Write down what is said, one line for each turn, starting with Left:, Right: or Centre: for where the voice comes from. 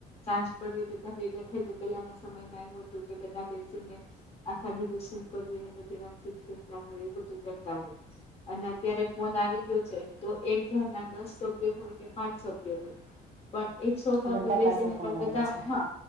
Left: સાંજ પડે બધા ભેગા થઈ તો પેલાના સમયમાં એમ હતું કે બધા બેસીને આખા દિવસ શું કર્યું એને બધી વાતચીત કરતા હોય એવું બધું કરતા હોય. અને અત્યારે ફોન આવી ગયો છે તો એક ઘર ના દસ સભ્યો હોય કે પાંચ સભ્ય હોય પણ એક સોફા
Right: બધા
Left: પર બેસીને
Right: પાસે ફોન
Left: પણ
Right: હોય
Left: બધા
Right: છે
Left: હા